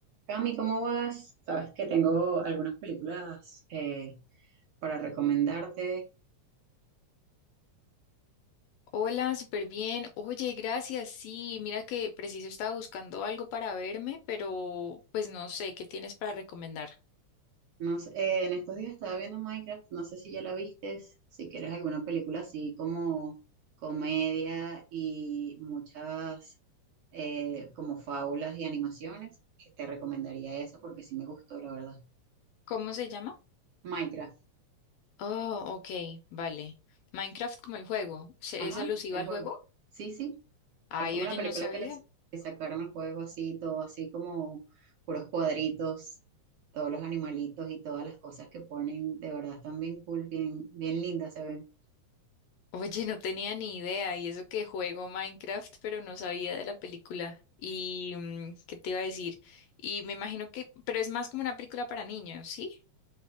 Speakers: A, on the right (about 65°); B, on the left (about 75°).
A: Cami, ¿cómo vas? Sabes que tengo algunas películas eh, para recomendarte.
B: Hola, súper bien. Oye, gracias. Sí, mira que preciso estaba buscando algo para verme, pero pues no sé qué tienes para recomendar.
A: No sé, eh, en estos días estaba viendo Minecraft, no sé si ya la vistes, si quieres alguna película así como comedia y muchas eh, como fábulas y animaciones, que te recomendaría esa porque sí me gustó, la verdad.
B: ¿Cómo se llama?
A: Minecraft,
B: Oh, ok, vale. Minecraft como el juego. ¿Se-
A: ajá,
B: ¿Es alusivo
A: el
B: al
A: juego.
B: juego?
A: Sí, sí.
B: Ay,
A: Es como
B: oye,
A: una película
B: no sabía.
A: que les que sacaron el juego así, todo así como puros cuadritos, todos los animalitos y todas las cosas que ponen, de verdad están bien cool, bien, bien lindas se ven.
B: Oye, no tenía ni idea. Y eso que juego Minecraft, pero no sabía de la película. Y, mm, ¿qué te iba a decir? Y me imagino que, pero es más como una película para niños, ¿sí?